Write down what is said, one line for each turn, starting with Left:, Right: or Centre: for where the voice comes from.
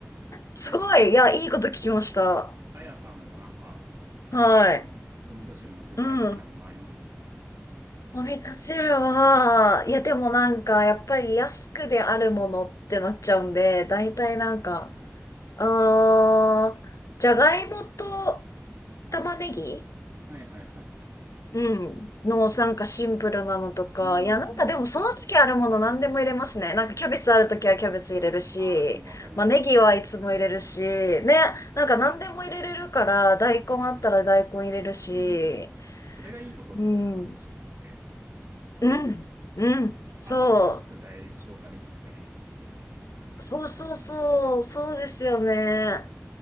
Left: すごい。
Right: え、あ、
Left: いや、いいこと聞きました。
Right: あやさんはなんか、なんですかあの、
Left: はい。
Right: お味噌汁の具材好きなものあります
Left: うん。お味噌汁は、いや、でもなんか、やっぱり安くであるものってなっちゃうんで、大体なんか、
Right: うんうん。
Left: あー、じゃがいもと玉ねぎ
Right: はいはいはい。
Left: うん。のなんかシンプルなのとか、
Right: うんうんうん。
Left: いやなんかでもその時あるもの何でも入れますね。なんかキャベツある時はキャベツ入れるし、
Right: ああ、でもわかります。
Left: まあネギはいつも入れるし、ね、なんか何でも入れれるから大根あったら大根入れるし、
Right: うんうん。それがいいとこですよね、
Left: うん、
Right: お味噌汁って。
Left: うん、うん、
Right: あの、
Left: そ
Right: 余った食材消化できたりするのもいいなっていうね。
Left: う、そうそうそう、そうですよね。